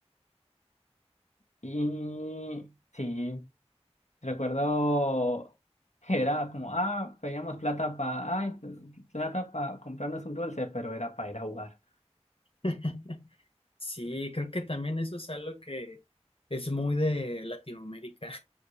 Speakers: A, on the left (about 90°); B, on the left (about 55°).
A: Y sí, recuerdo que era como, ah, pedíamos plata para, ay, plata para comprarnos un dulce, pero era para ir a jugar.
B: <laughs> Sí, creo que también eso es algo que es muy de Latinoamérica.